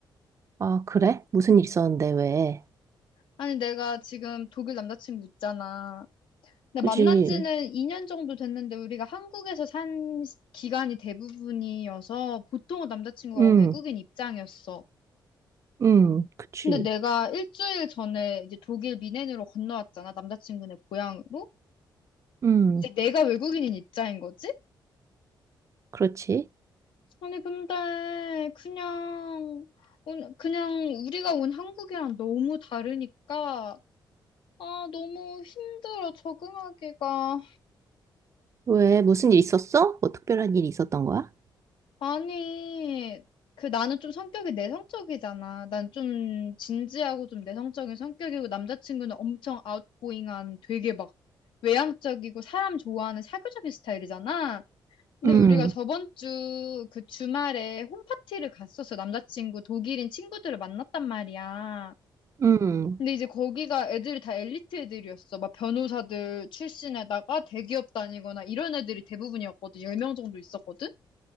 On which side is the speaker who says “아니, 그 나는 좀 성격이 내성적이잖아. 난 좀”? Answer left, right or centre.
Left